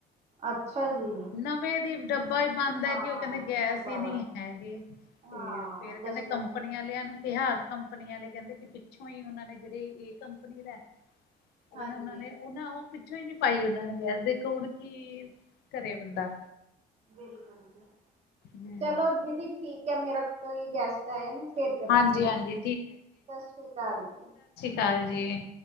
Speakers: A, on the right; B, on the left.
A: ਅੱਛਾ ਜੀ
B: ਨਵੇਂ ਦੀ ਡੱਬਾ ਹੀ ਬੰਦ
A: ਹਾਂ
B: ਹੈ ਕਿ ਉਹ ਕਹਿੰਦੇ ਗੈਸ
A: ਢਾਬਾ
B: ਈ ਨੀ
A: ਵਾ
B: ਹੈਗੀ। ਤੇ
A: ਹਾਂ
B: ਫੇਰ- ਫੇਰ ਕਹਿੰਦੇ
A: ਦੱਸੋ
B: ਕੰਪਨੀ
A: ਹੁਣ
B: ਵਾਲਿਆਂ ਨੂੰ ਤੇ ਹਾਂ ਕੰਪਨੀ ਆਲੇ ਕਹਿੰਦੇ ਕਿ ਪਿੱਛੋਂ ਹੀ ਉਹਨਾਂ ਨੇ ਜਿਹੜੇ ਇਹ ਕੰਪਨੀ ਲੈ ਉਹ
A: ਹਾਂਜੀ
B: ਕਹਿੰਦੇ ਉਹਨਾਂ ਨੇ ਉਹ ਨਾ ਉਹ ਪਿੱਛੋਂ ਹੀ ਨੀ ਪਾਈ ਉਹਨਾਂ ਨੇ ਗੈਸ ਦੇਖੋ ਹੁਣ ਕੀ ਕਰੇ ਬੰਦਾ।
A: ਬਿਲਕੁਲ ਜੀ
B: ਹੂੰ
A: ਚਲੋ ਦੀਦੀ ਠੀਕ ਹੈ ਮੇਰਾ ਕੋਈ ਗੈਸਟ ਆਏ ਮੈਂ ਫੇਰ ਕਰਦੀ
B: ਹਾਂਜੀ-ਹਾਂਜੀ
A: ਆਂ ਤੁਹਾਨੂੰ ਸਤਿ ਸ੍ਰੀ ਅਕਾਲ ਜੀ।
B: ਹਾਂਜੀ